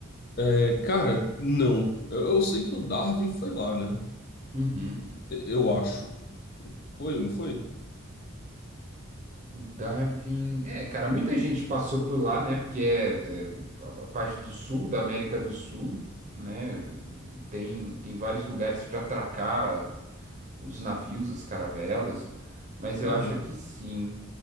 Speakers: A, on the left (about 45°); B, on the right (about 35°).
A: É, cara, não. Eu, eu sei que o Darwin foi lá, né?
B: Uhum.
A: E- Eu acho. Foi ou não foi?
B: Darwin. É, cara, muita gente passou por lá, né? Porque é, é a a parte do sul da América do Sul, né? Tem, tem vários lugares para atracar os navios, as caravelas. Mas eu
A: Aham.
B: acho que sim.